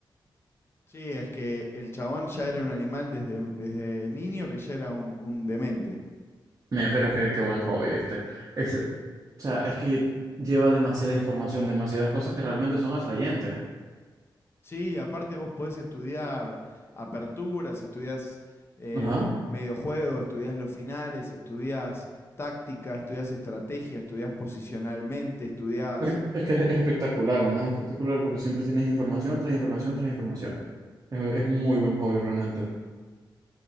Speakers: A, on the left; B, on the right.
A: Sí, es que el chabón ya era un animal desde, desde niño, que ya era un, un demente.
B: Men, pero es que qué buen hobby, ¿viste? Es, o sea, es que lleva demasiada información, demasiadas cosas que realmente son atrayentes.
A: Sí, aparte vos podés estudiar aperturas, estudiás eh,
B: Ajá.
A: mediojuego, estudiás los finales, estudiás táctica, estudiás estrategia, estudiás posicionalmente, estudiás...
B: Es es que es
A: Mm,
B: espectacular, man, es espectacular porque siempre tienes información tras información tras información. Es, es muy buen hobby realmente.